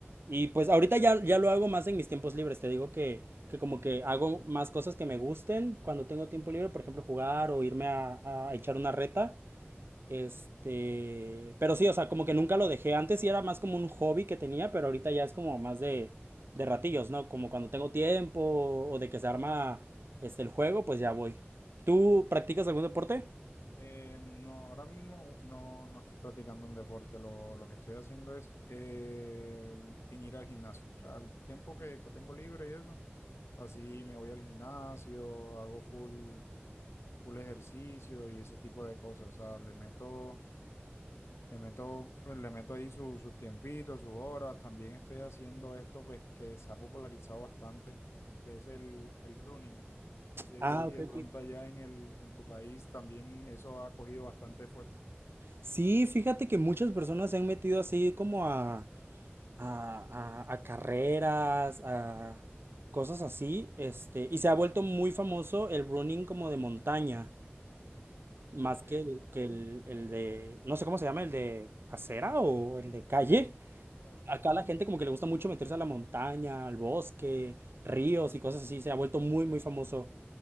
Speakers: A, on the right; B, on the left.
A: Y pues ahorita ya, ya lo hago más en mis tiempos libres, te digo que, que como que hago más cosas que me gusten cuando tengo tiempo libre, por ejemplo, jugar o irme a, a echar una reta. Este, pero sí, o sea, como que nunca lo dejé. Antes sí era más como un hobby que tenía, pero ahorita ya es como más de, de ratillos, ¿no? Como cuando tengo tiempo o de que se arma este el juego, pues ya voy. ¿Tú practicas algún deporte?
B: Eh, no, ahora mismo no, no estoy practicando un deporte. Lo, lo que estoy haciendo es eh, en ir al gimnasio. O sea, el tiempo que, que tengo libre y eso, así me voy al gimnasio, hago full, full ejercicio y ese tipo de cosas. O sea, le meto, le meto, pues, le meto ahí su- sus tiempitos, sus horas. También estoy haciendo esto, pues, que se ha popularizado bastante, que es el, el running. No sé
A: Ah,
B: si
A: ok,
B: de
A: ok.
B: pronto allá en el, en tu país también eso ha cogido bastante fuerza.
A: Sí, fíjate que muchas personas se han metido así como a, a, a- a carreras, a cosas así, este, y se ha vuelto muy famoso el running como de montaña. Más
B: Ok,
A: que el, que el, el de, no sé cómo se llama, el de acera o el de calle.
B: ok.
A: Acá la gente como que le gusta mucho meterse a la montaña, al bosque, ríos y cosas así. Se ha vuelto muy, muy famoso.